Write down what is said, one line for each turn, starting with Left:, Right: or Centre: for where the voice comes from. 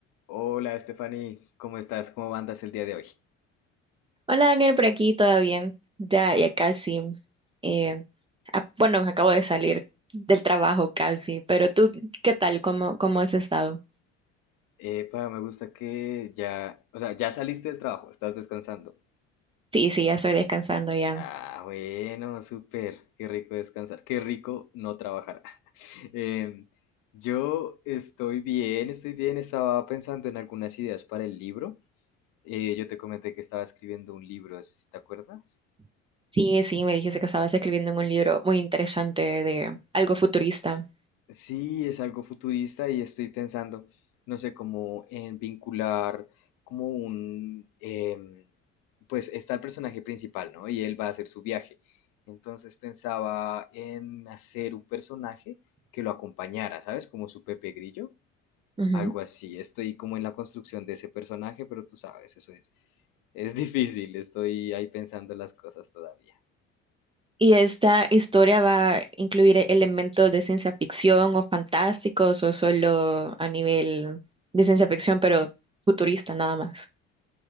Left: Hola, Stephanie, ¿cómo estás? ¿Cómo andas el día de hoy?
Right: Hola Daniel, por aquí, ¿todo bien? Ya, ya casi. eh, a- bueno, acabo de salir del trabajo casi, pero tú, ¿qué tal? ¿Cómo, cómo has estado?
Left: Epa, me gusta que ya, o sea, ya saliste del trabajo, estás descansando.
Right: Sí, sí, ya estoy descansando ya.
Left: Ah, bueno, súper, qué rico descansar, qué rico no trabajar. <laughs> Em, yo estoy bien, estoy bien, estaba pensando en algunas ideas para el libro. Eh, yo te comenté que estaba escribiendo un libro, ¿sí ¿te acuerdas?
Right: Sí, sí, me dijiste que estabas escribiendo un libro muy interesante de algo futurista.
Left: Sí, es algo futurista y estoy pensando, no sé, como en vincular como un, em, pues está el personaje principal, ¿no? Y él va a hacer su viaje. Entonces pensaba en hacer un personaje que lo acompañara, ¿sabes? Como su Pepe Grillo,
Right: Ujú.
Left: algo así. Estoy como en la construcción de ese personaje, pero tú sabes, eso es, es difícil, estoy ahí pensando las cosas todavía.
Right: ¿Y esta historia va a incluir e- elementos de ciencia ficción o fantásticos o solo a nivel de ciencia ficción, pero futurista nada más?